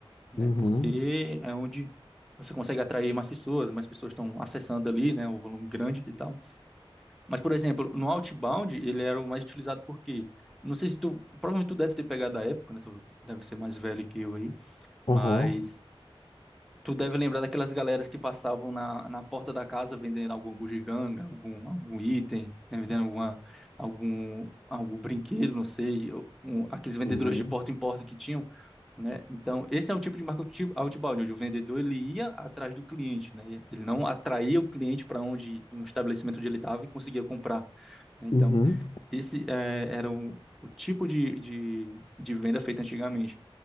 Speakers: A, in the centre; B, on the left.
A: né?
B: uhum,
A: Porque é onde você consegue atrair mais pessoas, mais pessoas estão acessando ali, né? O volume grande e tal. Mas, por exemplo, no Outbound, ele era o mais utilizado porque, não sei se tu, provavelmente tu deve ter pegado a época, né? Tu deve ser mais velho que eu aí, mas
B: uhum,
A: tu deve lembrar daquelas galeras que passavam na, na porta da casa vendendo alguma bugiganga, algum, algum item, né? Vendendo alguma, algum, algum brinquedo, não sei, um, aqueles vendedores
B: uhum,
A: de porta em porta que tinham, né? Então, esse é um tipo de marketing outi- outbound, onde o vendedor ele ia atrás do cliente, né? Ele não atraía o cliente para onde um estabelecimento onde ele estava e conseguia comprar né? Então,
B: uhum,
A: esse eh, era o, o tipo de, de, de venda feita antigamente.